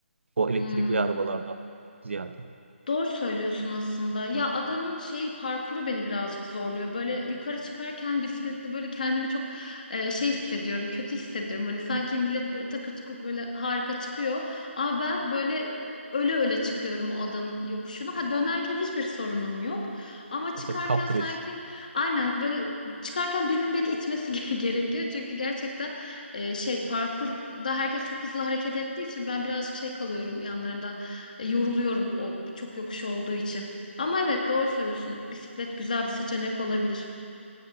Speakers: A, on the right (about 65°); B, on the left (about 40°).
A: O elektrikli
B: Hmm.
A: arabalardan ziyade.
B: Doğru söylüyorsun aslında. Ya adanın şeyi parkuru beni birazcık zorluyor. Böyle yukarı çıkarken <laughs> bisikletle böyle kendimi çok e, şey hissediyorum, kötü hissediyorum. Hani sanki millet böyle takır tukur böyle harika çıkıyor. Ama ben böyle e, öle öle çıkıyorum o adanın yokuşuna. Ha dönerken hiçbir sorunum yok. Ama çıkarken
A: Ya tabii kaptırıyorsun.
B: sanki aynen böyle çıkarken birinin beni itmesi <laughs> ge- gerekiyor. Çünkü gerçekten e, şey parkurda herkes çok hızlı hareket ettiği için ben birazcık şey kalıyorum yanlarında. E, Yoruluyorum o çok yokuş olduğu için. Ama evet doğru söylüyorsun. Bisiklet güzel bir seçenek olabilir.